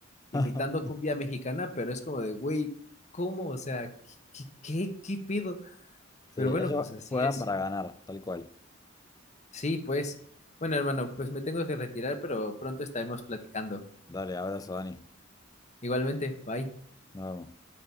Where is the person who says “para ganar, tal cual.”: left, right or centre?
Left